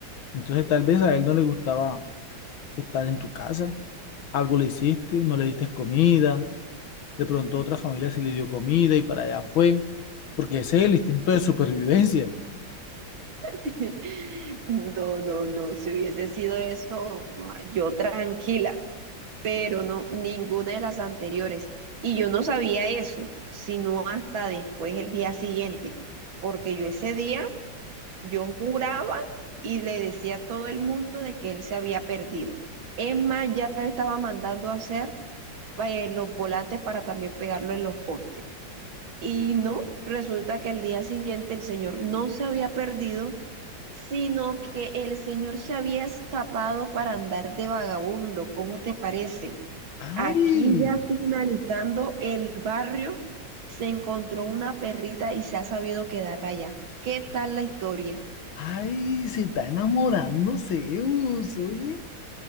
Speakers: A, on the left; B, on the right.
A: Entonces tal vez a él no le gustaba estar en tu casa. Algo le hiciste, no le diste comida. De pronto otra familia sí le dio comida y para allá fue. Porque ese es el instinto de supervivencia.
B: <laughs> No, no, no. Si hubiese sido eso, ah, yo tranquila, pero no, ninguna de las anteriores. Y yo no sabía eso, sino hasta después el día siguiente, porque yo ese día... Yo juraba y le decía a todo el mundo de que él se había perdido. Es más, ya estaba mandando a hacer eh, los volantes para también pegarlo en los postes. Y no, resulta que el día siguiente el señor no se había perdido, sino que el señor se había escapado para andar de vagabundo. ¿Cómo te parece?
A: ¡Ay!
B: Aquí ya finalizando el barrio, se encontró una perrita y se ha sabido quedar allá. ¿Qué tal la historia?
A: ¡Ay! Se está enamorando Zeus, oye. <laughs>